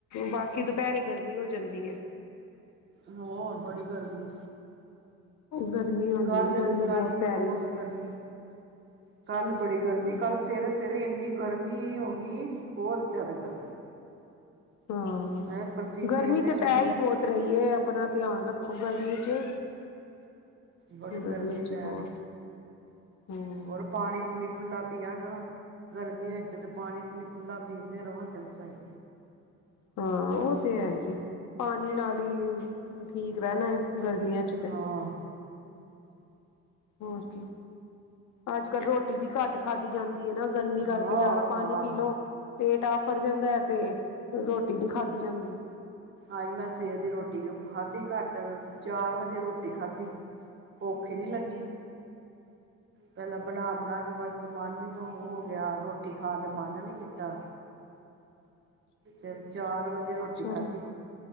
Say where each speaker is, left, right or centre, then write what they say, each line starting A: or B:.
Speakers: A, on the left; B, on the right.
A: ਬਾਕੀ ਦੁਪਹਿਰੇ ਗਰਮੀ ਹੋ ਜਾਂਦੀ ਹੈ।
B: ਹੋਰ ਬੜੀ ਗਰਮੀ
A: ਗਰਮੀ ਹੁੰਦੀ
B: ਕੱਲ੍ਹ
A: ਗਰਮੀ
B: ਕੱਲ੍ਹ ਵੀ
A: ਪੈ
B: ਬਹੁਤ
A: ਰਹੀ ਹੈ
B: ਗਰਮੀ ਕੱਲ੍ਹ ਬੜੀ ਗਰਮੀ
A: ਹਮ
B: ਕੱਲ੍ਹ ਸਵੇਰੇ ਸਵੇਰੇ ਇੰਨੀ ਗਰਮੀ ਹੋ ਗਈ, ਬਹੁਤ ਜ਼ਿਆਦਾ ਗਰਮੀ
A: ਹਾਂ
B: ਮੈਂ ਪਸੀਨੇ
A: ਗਰਮੀ
B: ਇੰਨੇ
A: ਤੇ
B: ਛੁੱਟਦੇ
A: ਪੈ ਹੀ ਬਹੁਤ ਰਹੀ ਹੈ ਆਪਣਾ ਧਿਆਨ ਰੱਖੋ ਗਰਮੀ ਚ।
B: ਬੜੀ
A: ਗਰਮੀ ਚ
B: ਪੈ
A: ਬਹੁਤ
B: ਰਹੀ
A: ਹਮ
B: ਹੋਰ ਪਾਣੀ ਪੂਣੀ ਖੁੱਲ੍ਹਾ ਪੀਆ ਕਰੋ। ਗਰਮੀਆਂ ਵਿੱਚ ਤੇ ਪਾਣੀ ਪੂਣੀ ਖੁੱਲ੍ਹਾ ਪੀਂਦੇ ਰਵੋ ਫਿਰ ਸਹੀ।
A: ਹਾਂ ਉਹ ਤੇ ਹੈ ਹੀ ਆ। ਪਾਣੀ ਨਾਲ ਹੀ ਠੀਕ ਰਹਿਣਾ ਹੈ ਗਰਮੀਆਂ ਚ ਤੇ।
B: ਹਾਂ
A: ਹੋਰ ਕੀ, ਅੱਜ ਕੱਲ੍ਹ ਰੋਟੀ ਵੀ ਘੱਟ ਖਾਧੀ ਜਾਂਦੀ ਨਾ ਗਰਮੀ
B: ਹਾਂ
A: ਕਰਕੇ ਜ਼ਿਆਦਾ
B: ਹਾਂ
A: ਪਾਣੀ ਪੀ ਲਓ ਪੇਟ ਆ ਫੜ ਜਾਂਦਾ ਹੈ ਤੇ ਰੋਟੀ ਨੀ ਖਾਂਦੀ ਜਾਂਦੀ।
B: ਆਈ ਮੈਂ ਸਵੇਰ ਦੀ ਰੋਟੀ ਖਾਧੀ ਘੱਟ ਚਾਰ ਵਜੇ ਰੋਟੀ ਖਾਧੀ। ਭੁੱਖ ਨੀ ਲੱਗੀ, ਪਹਿਲਾਂ ਬਣਾ ਬਣਾ ਕੇ ਬਸ ਮਨ ਹੀ ਉਹ ਹੋ ਗਿਆ ਰੋਟੀ ਖਾਣ ਤੇ ਮਨ ਨੀ ਕੀਤਾ, ਫਿਰ ਚਾਰ ਵਜੇ ਰੋਟੀ
A: ਚਲੋ
B: ਖਾਧੀ।